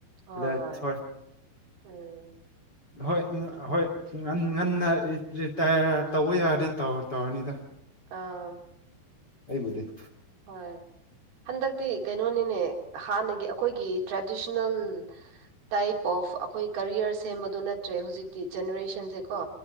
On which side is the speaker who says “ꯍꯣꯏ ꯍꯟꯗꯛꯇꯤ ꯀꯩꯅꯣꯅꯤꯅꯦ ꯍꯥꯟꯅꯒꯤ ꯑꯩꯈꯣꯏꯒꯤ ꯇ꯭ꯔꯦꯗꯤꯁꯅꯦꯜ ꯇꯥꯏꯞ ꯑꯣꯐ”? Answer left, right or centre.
Right